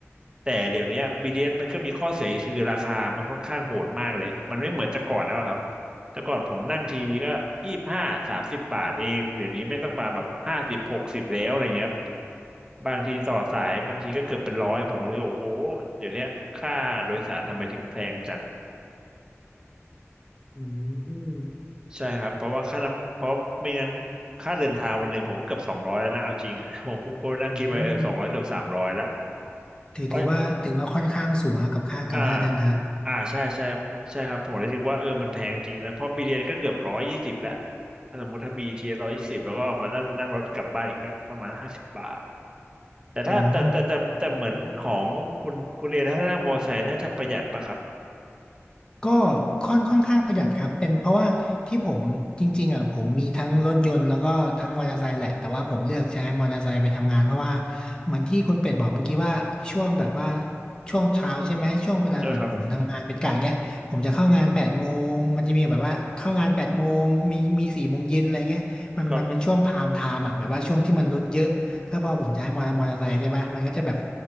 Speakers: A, on the right; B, on the left.
A: แต่เดี๋ยวเนี้ยบีดีเ t สมันก็มีข้อเสียคือราคามันค่อนข้างโหดมากเลยมันไม่เหมือนแต่ก่อนแล้วอะครับแต่ก่อนผมนั่งทีก็ยี่สิบห้าสามสิบบาทเองเดี๋ยวนี้ไม่ต้องมาแบบห้าสิบหกสิบแล้วอะไรเงี้ยครับบางทีต่อสายบางทีก็เกือบเป็นร้อยผมก็รู้ว่าโอ้โหเดี๋ยวเนี้ยค่าโดยสารทำไมถึงแพงจัง
B: อืม
A: ใช่ครับเพราะว่าค่าน้ำเพราะไม่งั้นค่าเดินทางวันหนึ่งผมก็เกือบสองร้อยแล้วนะเอาจริงอ่ะ <laughs> ผมผมผมนั่งคิดไปเออสองร้อยเกือบสามร้อยแล้ว
B: อืมถือถือว่าถือว่าค่อนข้างสูงนะกับค่ากับค่าเดินทาง
A: เพราะอ่าอ่าใช่ใช่ใช่ครับผมเลยคิดว่าเออมันแพงจริงนะเพราะบีทีเอสก็เกือบร้อยยี่สิบแล้วถ้าสมมติถ้าบีทีเอสร้อยยี่สิบแล้วก็มานั่งนั่งรถกลับบ้านอีกก็ประมาณห้าสิบบาทแต่ถ้าแต่แต่แต่แต่เหมือนของคุณคุณเรียนถ้านั่งมอเตอร์ไซค์น่าจะประหยัดปะครับ
B: อืมก็ค่อนค่อนข้างประหยัดครับเป็นเพราะว่าที่ผมจริงๆอ่ะผมมีทั้งรถยนต์แล้วก็ทั้งมอเตอร์ไซค์แหละแต่ว่าผมเลือกใช้มอเตอร์ไซค์ไปทำงานเพราะว่าเหมือนที่คุณเป็ดบอกเมื่อกี้ว่าช่วงแบบว่าช่วงเช้าใช่ไหมช่วงเวลาเหมือนผมทำงานเป็นกะเนี้ยผมจะเข้างานแปดโมงมันจะมีแบบว่าเข้างานแปดโมงมีมีสี่โมงเย็นอะไรเงี้ยมันมันเป็นช่วงพามไทม์อ่ะแบบว่าช่วงที่มันรถเยอะ
A: ใช่ครับครับ
B: แล้วพอผมใช้มอเตอร์มอเตอร์ไซค์ใช่ปะมันก็จะแบบ